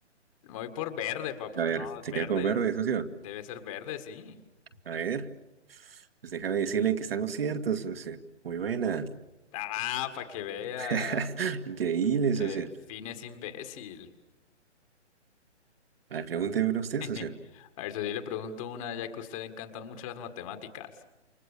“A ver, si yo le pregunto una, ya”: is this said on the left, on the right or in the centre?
Left